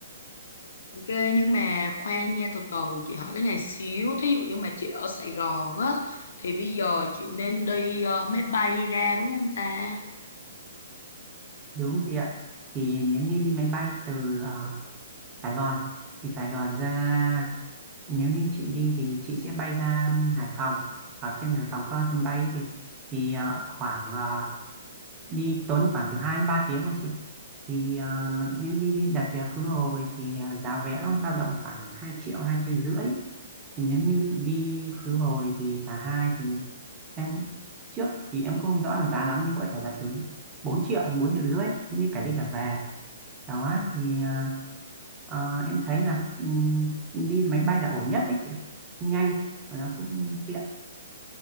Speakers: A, on the left; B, on the right.
A: Ok, nhưng mà khoan nha từ từ chị hỏi cái này xíu thí dụ như mà chị ở Sài Gòn á thì bây giờ chị nên đi ờ, máy bay ra đúng không ta
B: Đúng chị ạ. Thì nếu như đi máy bay từ ờ, Sài Gòn thì Sài Gòn ra nếu như chị đi thì chị sẽ bay ra Hải Phòng. Ở trên Hải Phòng có sân bay thì thì ờ, khoảng ờ, đi tốn khoảng từ 2 đến 3 tiếng thôi chị. Thì ờ, nếu đi đi đặt vé khứ hồi thì ờ, giá vé nó dao động khoảng hai triệu, hai triệu rưỡi thì nếu như chị đi khứ hồi thì cả hai thì em trước thì em cũng không rõ là giá lắm nhưng có thể là từ 4 triệu hoặc 4 triệu rưỡi như cả đi cả về đó thì à, à, em thấy là ừm, đi máy bay là ổn nhất đấy chị nhanh và nó cũng tiện